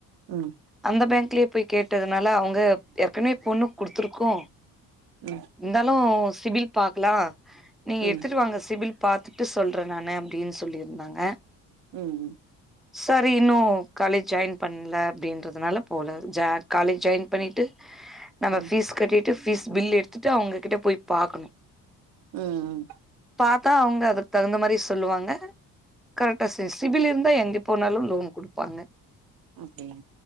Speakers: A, on the right; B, in the centre.
A: ம்
B: அந்த பேங்க்லே போய் கேட்டதுனால அவுங்க ஏற்கனவே பொண்ணுக் குடுத்துருக்கோம்
A: ம்
B: ந்தாலும் சிபில் பாக்கலா நீங்க
A: ம்
B: ங்க சிபில் பாத்துட்டு சொல்ற நானு அப்டின்னு சொல்லிருந்தாங்க
A: ம் ம்
B: சரி இன்னும் காலேஜ் ஜாயின் பண்ல அப்டின்றதுனால போல ஜா காலேஜ் ஜாயின் பண்ணிட்டு நம்ம
A: ம்
B: ஃபீஸ் கட்டிட்டு ஃபீஸ் பில் எடுத்துட்டு அவுங்ககிட்ட போய் பாக்கணும்
A: ம் ம்
B: பாத்தா அவுங்க அதுக் தகுந்த மாரி சொல்லுவாங்க கரெக்டா சி சிபில் இருந்தா எங்கப் போனாலும் லோன் குடுப்பாங்க
A: அப்டியா